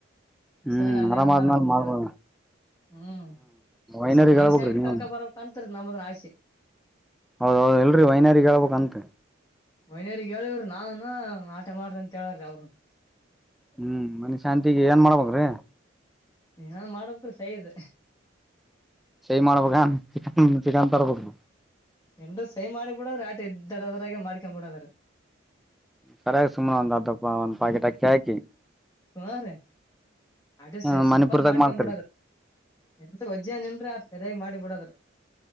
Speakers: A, on the left; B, in the centre.
A: ಹಸ
B: ಹ್ಮ್
A: ರ ಗ ಅಲ್ಲವಲ್ಲಾನ
B: ಆರಾಮ್ ಆದ್ಮೇಲ್
A: ಕುಂಚವ
B: ಮಾಡ್ಬೋದ
A: ಹ್ಮ್
B: ವೈನರಿಗ್
A: ಸಪ್ಮನಿ
B: ಹೇಳ್ಬೇಕ್ರಿ
A: ಸಾಯ
B: ನೀವು
A: ಕಾರ್ಕ ಬರ ಕಂತರ ನಂಬದೆ ಆಸೆ
B: ಹೌದೌದು ಇಲ್ರರಿ ವೈನಾರ ಹೇಬೇಕ ಅಂತ
A: ಮಹನವಗ್ ಹೇಳವ್ರಿ ನಾವನು ಆಟ ಮಾಡ್ರಿ ಅಂತ ಹೇಳ್ರ ಅವ್ರರುನು
B: ಹ್ಮ್ ಮನಶಾಂತಿಗೆ ಏನ್ ಮಾಡ್ಬೇಕ್ರೀ
A: ಏನ ಮಾಡಬೇಕು ರಿ ಸೈ ಇದ
B: ಸೇ ಮಳಪಕ ಚ ಚಿಕನ್ ತರಬೇಕು
A: ಎಲ್ರರು ಸೈ ಮಾಡಿ ಬಿಡದ್ರ ಆಟ ಇದ್ದಡದರಾಗೆ ಮಾಡ್ಕೊಂಡ್ಬ ಬಿಡದ್ರ
B: ಸರಿಯಾಗಿ ಸುಮ್ಮನೆ ಒಂದ್ ಅರ್ಧಾ ಒಂದು ಪಾಕೆಟ್ ಅಕ್ಕಿ ಹಾಕಿ
A: ಹ್ರೀ ಅಡ್ರ
B: ಹ್ಮ
A: ಸಿಂಪಲ್
B: ಮಣಿಪುರದಾಗ
A: ಮಾಡ್ಕೊಂಡು
B: ಮಾಡ್ತರಿ
A: ಬಿಡೋದು ಇಲ್ ವಜ್ಜನ್ ಇಲ್ರಿ ಆ ಸರಿಯಾಗಿ ಮಾಡಿ ಬಿಡದ್